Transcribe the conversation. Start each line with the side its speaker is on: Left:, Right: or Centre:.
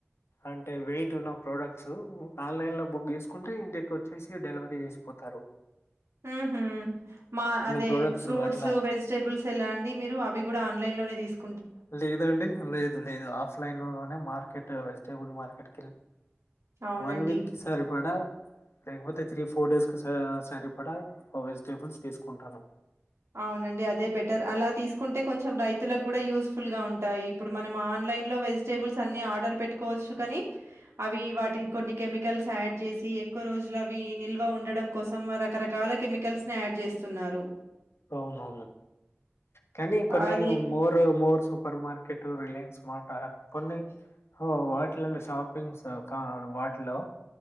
Left: అంటే వెయిట్. న్న ప్రోడక్ట్స్ ఆన్లైన్ లో బుక్ చేసుకుంటే, ఇంటికి వచ్చేసి డెలివరీ చేసిపోతారు.
Right: ఉహు మా అదే
Left: ప్రోడక్ట్స్
Right: ఫ్రూట్స్
Left: అట్లా
Right: వెజిటేబుల్స్ ఎలాండి మీరు అవి కూడా ఆన్లైన్ లోనే తీసుకు
Left: లేదండి లేదు లేదు ఆఫ లైన్ లోనే మార్కెట్ వెజిటేబుల్ మార్కెట్
Right: అవునండి.
Left: వన్ వీక్ కి సరిపడా లేకపోతే త్రీ ఫోర్ డేస్ కు సరిపడా వెజిటేబుల్స్ తీసుకుంటాను.
Right: అవునండి అదే బెటర్ అలా తీసుకుంటే కొంచెం రైతులకు కూడా యూజ్ ఫుల్ గా ఉంటాయి. ఇప్పుడు మనం ఆన్లైన్ లో వెజిటేబుల్స్ అన్ని ఆర్డర్ పెట్టుకోవచ్చు కాని, అవి వాటిని కొన్ని కెమికల్స్ యాడ్ చేసి, ఎక్కువ రోజులు అవి నిల్వ ఉండడం కోసం, రకరకాల కెమికల్స్ ని యాడ్ చేస్తున్నారు.
Left: అవునవును కానీ కొన్ని
Right: అది
Left: More Morse super market, Reliance, మాట కొన్ని వాటిలో షాపింగ్స్ వాటిలో